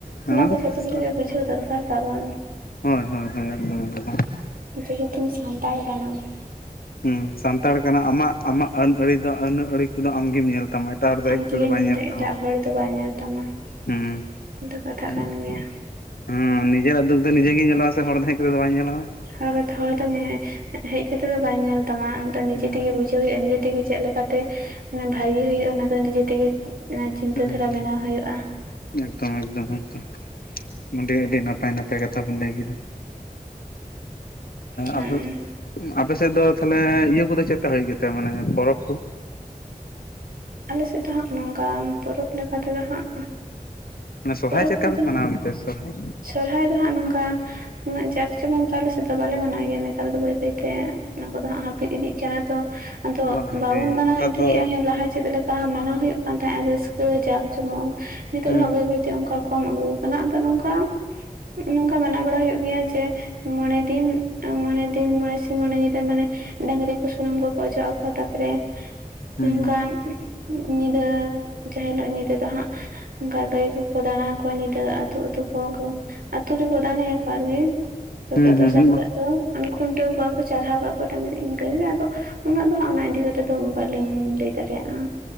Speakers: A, on the left; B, on the right.
A: ᱱᱚᱣᱟ
B: ᱚᱱᱟ ᱫᱚ
A: ᱠᱩᱥᱤ
B: ᱡᱷᱚᱛᱚ ᱦᱚᱲ
A: ᱥᱟᱞᱟᱜ
B: ᱨᱮᱜᱮ ᱵᱩᱡᱷᱟᱹᱣ ᱫᱚᱨᱠᱟᱨ ᱛᱟᱵᱚᱱ ᱾
A: ᱦᱳᱭ ᱦᱳᱭ ᱦᱳᱭ ᱮᱠᱫᱚᱢ ᱮᱠᱫᱚᱢ ᱾
B: ᱡᱮᱦᱮᱛᱩᱢ ᱥᱟᱱᱛᱟᱲ ᱠᱟᱱᱟᱢ ᱾
A: ᱦᱸ ᱥᱟᱱᱛᱟᱲ ᱠᱟᱱᱟ ᱟᱢᱟᱜ ᱟᱢᱟᱜ ᱟᱹᱱ ᱟᱹᱲᱤ ᱫᱚ ᱟᱹᱱ ᱟᱹᱲᱤ ᱠᱚᱫᱚ ᱟᱢᱜᱮᱢ ᱧᱮᱞ ᱛᱟᱢᱟ ᱾ ᱮᱴᱟᱜ ᱦᱚᱲ ᱫᱚ
B: ᱟᱢ
A: ᱦᱮᱡ ᱠᱟᱛᱮ
B: ᱛᱮᱜᱮᱢ
A: ᱫᱚ ᱵᱟᱭ
B: ᱢᱮᱱᱫᱟ
A: ᱧᱮᱞ
B: ᱮᱴᱟᱜ
A: ᱛᱟᱢᱟ
B: ᱦᱚᱲ ᱫᱚ ᱵᱟᱭ ᱧᱮᱞ ᱛᱟᱢᱟ
A: ᱦᱸ ᱾
B: ᱫᱚ ᱠᱟᱛᱷᱟ ᱠᱟᱱ ᱜᱮᱭᱟ
A: ᱦᱮᱸ ᱱᱤᱡᱮᱨᱟᱜ ᱫᱩᱠ ᱫᱚ ᱱᱤᱡᱮ ᱜᱮ ᱧᱮᱞᱚᱜ ᱟ ᱥᱮ ᱦᱚᱲ ᱫᱚ ᱦᱮᱡ ᱠᱟᱛᱮᱛ ᱫᱚ ᱵᱟᱹᱧ ᱧᱟᱞᱚᱜᱼᱟ ᱾
B: ᱦ ᱠᱟᱛᱮ ᱦᱚᱲ ᱫᱚ ᱦᱮᱡ ᱠᱟᱛᱮᱜ ᱫᱚ ᱵᱟᱭ ᱧᱮᱞ ᱛᱟᱢᱟ ᱱᱤᱡᱮ
A: ᱦᱩᱸ
B: ᱛᱮᱜᱮ ᱵᱩᱡᱷᱟᱹᱣ ᱦᱩᱭᱩᱜᱜᱼᱟ ᱱᱤᱡᱮ ᱾ ᱱ ᱛᱮᱜᱮ ᱪᱮᱫ ᱞᱮᱠᱟᱛᱮ ᱢᱮ ᱵᱷᱟᱜᱤ ᱦᱩᱭᱩᱜᱼᱟ ᱚᱱᱟ ᱫᱚ ᱱᱤᱡᱮ ᱛᱮᱜᱮ ᱪᱤᱱᱛᱟᱹ
A: ᱦᱩᱸ ᱦᱩᱸ
B: ᱫᱷᱟᱨᱟ ᱵᱮᱱᱟᱣ ᱦᱩᱭᱩᱜᱭᱼᱟ ᱾
A: ᱮᱠᱫᱚᱢ ᱮᱠᱫᱚᱢ ᱮᱠᱚᱢ ᱚ ᱟᱹᱰᱤ ᱱᱟᱯᱟᱭ ᱱᱟᱯᱟᱭ ᱾ ᱢᱤᱫᱮ ᱠᱟᱛᱷᱟ ᱵᱱ ᱞᱟᱹᱭ ᱠᱮᱫᱟ
B: ᱦᱮᱸ
A: ᱟᱵᱚ ᱾ ᱟᱯᱮᱮᱥᱮᱫ ᱫᱚ ᱛᱟᱦᱞᱮ ᱤᱭᱟᱹ ᱠᱚᱫᱚ ᱪᱮᱫᱞ ᱞᱮᱠᱟ ᱦᱩᱭᱩᱜ ᱜᱮᱛ ᱢᱟᱱᱮ ᱯᱚᱨᱚᱵᱽ ᱠᱚ?
B: ᱟᱞᱮ ᱥᱮᱫ ᱫᱚ ᱦᱟᱸᱜ ᱱᱚᱝᱠ ᱯᱚᱨᱚᱵᱽ ᱞᱮᱠᱟᱛᱮᱫᱚ ᱦᱟᱸᱜ ᱾
A: ᱢᱟᱱᱮ ᱥᱚᱨᱦᱟᱭ
B: ᱯᱚᱨᱚᱵᱽ
A: ᱪᱮᱫ ᱞᱮᱠᱟ
B: ᱠᱚᱫᱚ
A: ᱯᱮ ᱢᱟᱱᱟᱣ ᱜᱮᱛᱮ ᱥᱚᱨᱦᱟᱭ
B: ᱥᱚᱨᱦᱟᱭ ᱫᱚ ᱦᱟᱸᱜ ᱱᱚᱝᱠᱟ ᱾ ᱩᱱᱟᱹᱜ ᱡᱟᱠ ᱪᱮ ᱵᱟᱝ ᱟᱞᱮ ᱥ ᱫᱚ ᱵᱟᱞᱮ ᱢᱟᱱᱟᱣ ᱜᱮᱭᱟ ᱱᱮᱛᱟᱨ ᱫᱚ ᱵᱟᱹᱭ ᱵᱟᱹᱭᱛᱮ ᱚᱱᱟ ᱠᱚᱫᱚ ᱦᱟᱸᱜ ᱦᱟᱹᱯᱤᱫ ᱤᱫᱤᱜ ᱠᱟᱱᱟ ᱛᱚ ᱾ ᱟᱫᱚ
A: ᱵᱟᱝ ᱦᱟᱭᱨᱮ
B: ᱵᱟᱵᱩᱱ ᱢᱟᱱᱟᱣ
A: ᱚᱱᱠᱟ
B: ᱤᱫᱤᱭᱮᱫᱼᱟ
A: ᱫᱚ
B: ᱞᱟᱦᱟ ᱾ ᱪᱮᱫ ᱞᱮᱠᱟ ᱢᱟᱱᱟᱣ ᱦᱩᱭᱩᱜ ᱠᱟᱱ ᱛᱟᱦᱮᱸᱱᱟ ᱨᱟᱹᱥᱠᱟᱹ ᱡᱟᱸᱠ ᱡᱚᱢᱚᱠ ᱱᱤᱛᱚᱜ
A: ᱦᱩᱸ
B: ᱦᱟᱸᱜ ᱵᱟᱹᱭ ᱵᱟᱹᱭ ᱚᱱᱠᱟ ᱠᱚᱢ ᱟᱹᱜᱩ ᱠᱟᱱᱟ ᱟᱫᱚ ᱱᱚᱝᱠᱟ ᱱᱚᱝᱠᱟ ᱢᱟᱱᱟᱣ ᱵᱟᱲᱟ ᱦᱩᱭᱩᱜ ᱜᱮᱭᱟ ᱡᱮ ᱾ ᱢᱚᱬᱮ ᱫᱤᱱ ᱢᱚᱬᱮ ᱫᱤᱱ ᱢᱚᱬᱮ ᱥᱤᱧ ᱢᱚᱬᱮ ᱧᱤᱫᱟᱹ ᱢᱟᱱᱮ ᱰᱟᱝᱨᱤ ᱠᱚ ᱥᱩᱱᱩᱢ ᱠᱚᱠᱚ ᱚᱡᱚᱜ ᱟᱠᱚ ᱛᱟᱨᱯᱚᱨᱮ ᱾
A: ᱦᱩᱸ
B: ᱱᱚᱝᱠᱟ ᱧᱤᱫᱟᱹ ᱡᱟᱦᱟᱸ ᱦᱤᱞᱳᱜ ᱧᱤᱫᱟᱹ ᱫᱚ ᱦᱟᱸᱜ ᱚᱱᱠᱟ ᱜᱟᱹᱭ ᱠᱚ ᱾ ᱫᱟᱲᱟ ᱟᱠᱚᱣᱟ ᱧᱤᱫᱟᱹ ᱟᱹᱛᱩ ᱟᱹᱛᱩ ᱠᱚ ᱟᱹᱛᱩ ᱨᱮ ᱟᱠᱚᱣᱟ ᱟᱨᱮ ᱾ ᱛᱟᱯᱚᱨᱮ
A: ᱦᱩᱸ ᱦᱩᱸ
B: ᱫᱚᱥᱟᱨ ᱦᱤᱞᱳᱜ ᱫᱚ ᱠᱷᱩᱱᱴᱟᱹᱣ ᱠᱚᱣᱟ ᱠᱚ ᱪᱟᱨᱦᱟᱣ ᱠᱚᱣᱟ ᱠᱚ ᱰᱟᱝᱨᱤ ᱤᱱᱠᱟᱹ ᱜᱮ ᱟᱫᱚ ᱾ ᱩᱱᱟᱹᱜ ᱫᱚ ᱦᱟᱸᱜ ᱚᱱᱟ ᱤᱫᱤ ᱠᱟᱛᱮᱜ ᱫᱚ ᱵᱟᱹᱞᱤᱧ ᱞᱟᱹᱭ ᱫᱟᱲᱮᱭᱟᱜᱼᱟ